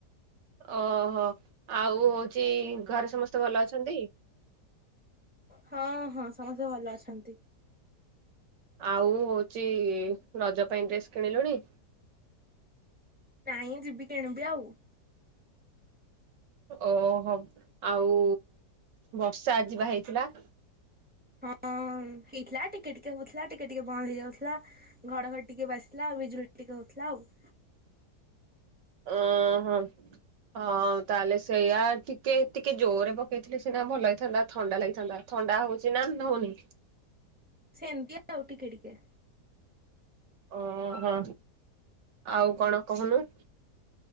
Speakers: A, on the right; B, in the centre.
A: ଓହୋ ଆଉ ହଉଚି ଘରେ ସମସ୍ତେ ଭଲ ଅଛନ୍ତି?
B: ହଁ ହଁ ସମସ୍ତେ ଭଲ ଅଛନ୍ତି।
A: ଆଉ ହଉଚି ରଜ ପାଇଁ ଡ୍ରେସ୍ କିଣିଲୁଣି?
B: ନାଇଁ ଯିବି କିଣିବି ଆଉ।
A: ଓ ହୋ ଆଉ ବର୍ଷା ଆଜିବା ହେଇଥିଲା?
B: ହଁ ହେଇଥିଲା ଟିକେ ଟିକେ ହଉଥିଲା ଟିକେ ଟିକେ ବନ୍ଦ ହେଇଯାଉଥିଲା। ଘଡ ଘଡି ଟିକେ ବାଜୁଥିଲା ଆଉ ବିଜୁଳି ଟିକେ ହଉଥିଲା ଆଉ।
A: ଓଁ ହଁ। ହଁ ତାହେଲେ ସେଇଆ ଟିକେ ଟିକେ ଜୋରେ ପକେଇଥିଲେ ସିନା ଭଲ ହେଇଥାନ୍ତା ଥଣ୍ଡା ଲାଗିଥାନ୍ତା। ଥଣ୍ଡା ହଉଛି ନା ହଉନି?
B: ସେମିତି ଆଉ ଟିକେ ଟିକେ।
A: ଓହୋ ଆଉ କଣ କହୁନୁ?